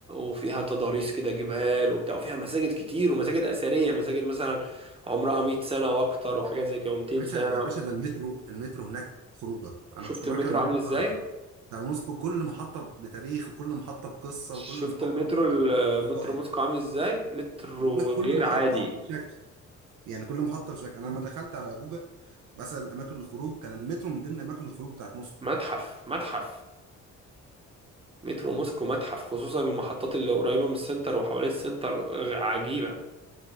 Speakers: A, on the right; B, on the right.
A: وفيها تضاريس كده جبال وبتاع وفيها مساجد كتير ومساجد أثرية مساجد مثلا عمرها 100 سنة وأكتر وحاجات زي كده و200
B: باشا
A: سنة
B: يا باشا ده المترو المترو هناك خروجه
A: شفت
B: انا كنت بركب
A: المترو
B: المترو
A: عامل إزاي؟
B: بتاع بتاع موسكو كل محطه بتاريخ وكل محطه بقصه
A: شفت
B: وكل محطه
A: المترو المترو
B: بستايل
A: موسكو عامل إزاي؟ مترو
B: بقول لك كل
A: غير
B: محطه
A: عادي
B: بشكل يعني كل محطه بشكل انا لما دخلت على جوجل بسال اماكن الخروج كان المترو من ضمن اماكن الخروج بتاعت موسكو
A: متحف متحف مترو موسكو متحف خصوصا المحطات اللي قريبة من السنتر وحوالين السنتر غ- عجيبة